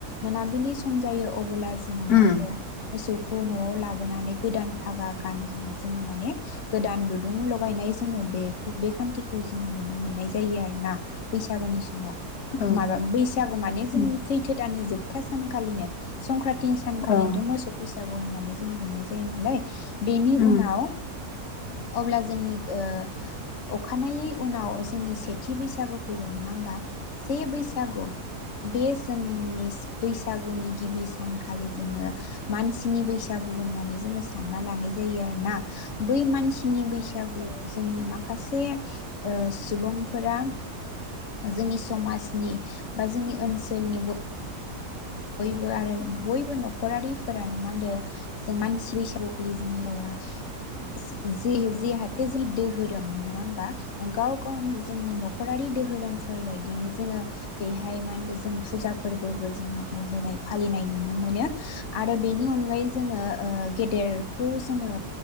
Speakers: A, on the left; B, on the left.
A: मोनाबिलि सम जायो अब बोला जोंङो मा
B: उम
A: होनदो मोसौ खौ न'आव लाबोनानै गोदान फागा गान होनाय जोंङो माने गोदान दुदुं लगायनाय जोंङो बेखौ बे खान्थिखौ जोंङो नुनो मोननाय जायो आरोना बैसागोनि समाव।
B: औ
A: माबा बैसागो माने जोंनि
B: उम
A: सैथो दाननि जोब था सानखालिनो संक्रान्त तिन सानखालिनोथ'
B: अ
A: मोसौ बैसा औ होननानै जोङो हमनाय जा दे होनबालाय। बेनि
B: उम
A: उनाव। अब्ला जोंनि ओ अखानायै उनाव जोंनि सेथि बैसागु फैबाय नङा होमबा। से बैसागु। बे जोंनि बैसागुनि गिबि सानखालि जोङो मानसिनि बैसागु होननानै जोंङो सानना लानाय जायो आरोना। बै मानसिनि बैसागुआव जोंनि माखासे ओ सुबुंफोरा जोंनि समाजनि बा जोंनि ओनसोलनि बयबो आरो बयबो न'खरारिफोरानो मा होनो जों मानसि बैसागुखालि जोंनि ओ जि जि जिहाथे जि दोहोरोम नङा होमबा गाव गावनि जोंनि न'खरारि दोहोरोमफोर बायदिनो जोङो बेेरैहाय मा होनो जों फुजा फोरबोबो जोङो होनाय फालिनाय नुनो मोनो आरो बेनि अनगायै जोङो ओ गेदेरखौ जोङो